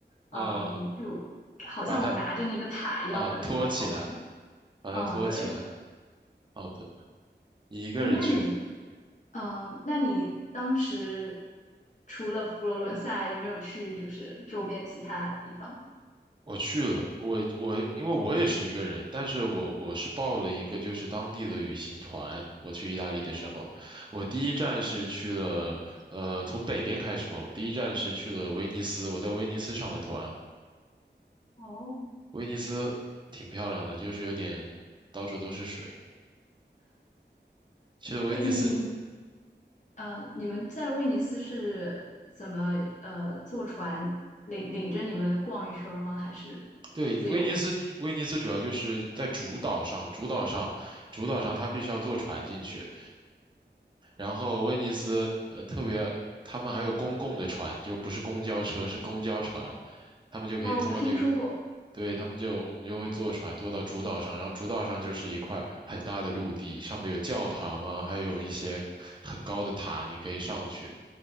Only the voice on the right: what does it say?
呃，
把它呃托起来，把它托起来。
好的，你一个人去的。
我去了，我我因为我也是一个人，但是我我是报了一个就是当地的旅行团。我去意大利的时候，
我第一站是去了，呃，从北边开始嘛，我第一站是去了威尼斯，我在威尼斯上的团，
威尼斯挺漂亮的，就是有点到处都是水。去了威尼斯，
对，威尼斯，威尼斯主要就是在主岛上，主岛上，主岛上它必须要坐船进去。然后威尼斯呃特别，他们还有公共的船，就不是公交车，是公交船，
他们就可以坐那个，
对，他们就我们就会坐船坐到主岛上，然后主岛上就是一块很大的陆地，上面有教堂啊，还有一些很高的塔，你可以上去。